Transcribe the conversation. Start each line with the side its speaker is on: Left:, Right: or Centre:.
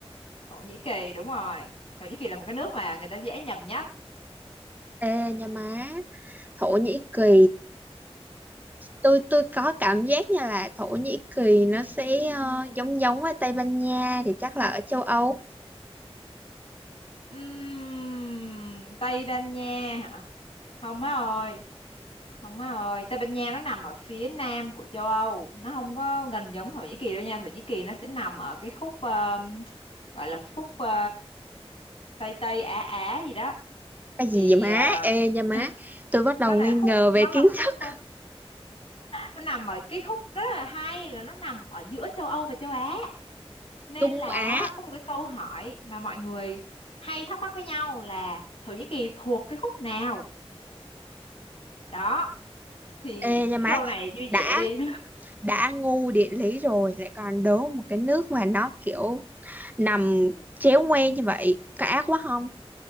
Left: Thổ Nhĩ Kỳ đúng rồi Thổ Nhĩ Kỳ là một cái nước mà người ta dễ nhầm nhất
Right: Ê nha má, Thổ Nhĩ Kỳ, tôi tôi có cảm giác như là Thổ Nhĩ Kỳ nó sẽ ờ, giống giống với Tây Ban Nha thì chắc là ở châu Âu.
Left: Ừm, Tây Ban Nha hả không má ơi không má ơi Tây Ban Nha nó nằm ở phía nam của châu Âu nó không có gần giống Thổ Nhĩ Kỳ đâu nha Thổ Nhĩ Kỳ nó sẽ nằm ở cái khúc ờ, gọi là khúc ờ, Tây Tây Á Á gì đó
Right: Cái
Left: thì
Right: gì vậy má?
Left: à,
Right: Ê nha má,
Left: <laughs>
Right: tôi bắt đầu
Left: nó là
Right: nghi
Left: khúc
Right: ngờ về
Left: nó là
Right: kiến
Left: khúc
Right: thức
Left: ờ, nó nằm ở cái khúc nó rất là hay là nó nằm ở giữa châu Âu và châu Á
Right: <laughs>
Left: nên
Right: Trung
Left: là
Right: Á.
Left: có một cái câu hỏi mà mọi người hay thắc mắc với nhau là Thổ Nhĩ Kỳ thuộc cái khúc nào đó thì
Right: Ê nha
Left: cái
Right: má,
Left: câu này vui
Right: đã
Left: vẻ đi
Right: đã ngu địa lý rồi lại còn đố một cái nước mà nó kiểu nằm chéo ngoe như vậy, có ác quá không?